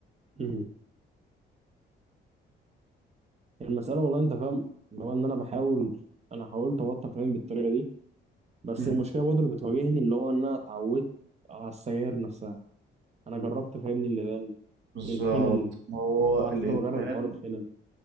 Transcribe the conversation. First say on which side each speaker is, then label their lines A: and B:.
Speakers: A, on the right; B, on the right.
A: أمم. المساله والله انت فاهم اللي هو ان انا بحاول انا حاولت ابطل فاهم بالطريقه دي بس
B: امم
A: المشكله برضه اللي بتواجهني اللي هو ان انا اتعودت على السجاير نفسها انا جربت فاهمني اللبان
B: بالظبط
A: الخلل
B: ما هو
A: قعدت
B: الادمان
A: فتره بجرب حوار الخلل